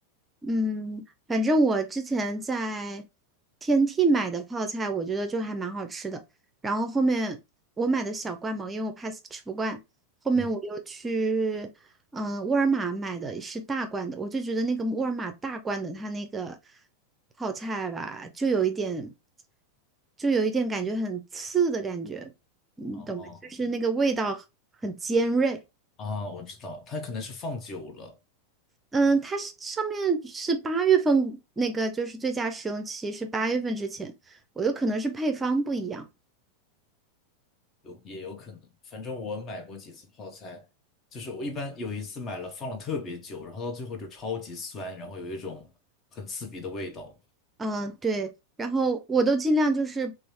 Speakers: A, on the right; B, on the left.
A: 嗯，反正我之前在天梯买的泡菜，我觉得就还蛮好吃的。然后后面我买的小罐嘛，因为我怕吃不惯，后面我又去嗯、
B: 嗯，
A: 呃沃尔玛买的是大罐的，我就觉得那个沃尔玛大罐的它那个泡菜吧，就有一点，就有一点感觉很刺的感觉，你懂吗？
B: 哦哦
A: 就是那个味道很尖锐。
B: 啊，我知道，它可能是放久了，
A: 嗯，它是上面是八月份那个，就是最佳使用期是八月份之前，我有可能是配方不一样。
B: 有也有可能。反正我买过几次泡菜，就是我一般有一次买了放了特别久，然后到最后就超级酸，然后有一种很刺鼻的味道。
A: 嗯，对，然后我都尽量就是，